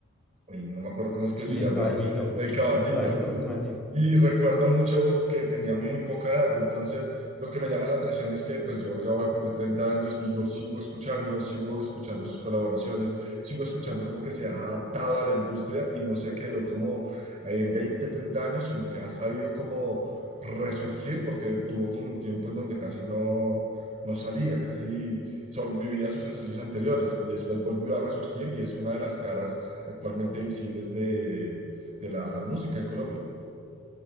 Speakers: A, on the right (about 35°); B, in the centre.
A: él, no me acuerdo cómo es que
B: sí,
A: se llama,
B: el caballito,
A: el caballito,
B: el caballito precisamente.
A: y recuerdo mucho que tenía muy poca edad, entonces lo que me llama la atención es que pues yo ya voy a cumplir 30 años y yo sigo escuchando, sigo escuchando sus colaboraciones, sigo escuchando como que se ha adaptado a la industria y no se quedó como en 20 30 años, sino que ha sabido como resurgir porque tuvo como un tiempo en donde casi no, no salía, casi sol vivía sus sencillos anteriores y después volvió a resurgir y es una de las caras actualmente visibles de de la música en Colombia.